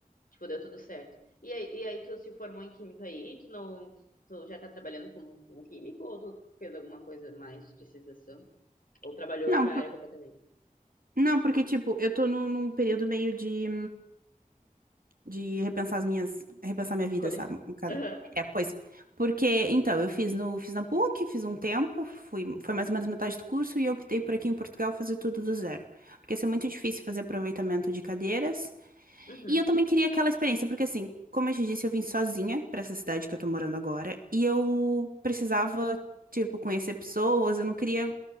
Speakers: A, on the left; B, on the right.
A: Tipo, deu tudo certo. E aí, e aí tu se formou em química aí, tu não, tu já tá trabalhando como, como químico ou tu fez alguma coisa mais de especialização? Ou trabalhou
B: Não,
A: outra
B: por-
A: área completamente?
B: não, porque, tipo, eu tô num, num período meio de, de repensar as minhas, repensar minha
A: Escolhas.
B: vida, sabe? Um bocado.
A: <laughs>
B: É, pois, porque, então, eu fiz no, fiz na PUC, fiz um tempo, fui, foi mais ou menos metade do curso e eu optei por aqui em Portugal fazer tudo do zero, porque ia ser muito difícil fazer aproveitamento de cadeiras,
A: Aham, uhum,
B: e eu também queria aquela experiência, porque assim, como eu te disse, eu vim sozinha pra essa cidade que eu tô morando agora, e eu precisava, tipo, conhecer pessoas, eu não queria